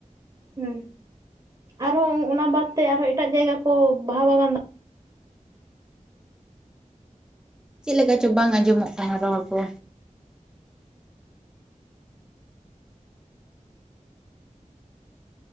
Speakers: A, on the right; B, in the centre.
A: ᱦᱮᱸ ᱟᱨᱦᱚᱸ ᱚᱱᱟ ᱵᱟᱫᱛᱮ ᱟᱨᱦᱚᱸ ᱮᱴᱟᱜ ᱡᱟᱭᱜᱟ ᱠᱚ ᱵᱟᱦᱟ ᱵᱟᱜᱟᱱ ᱫᱟ
B: ᱪᱮᱫ ᱞᱮᱠᱟ ᱪᱚ ᱵᱟᱝ ᱟᱸᱡᱚᱢᱚᱜ ᱠᱟᱱᱟ ᱨᱚᱲ ᱠᱚ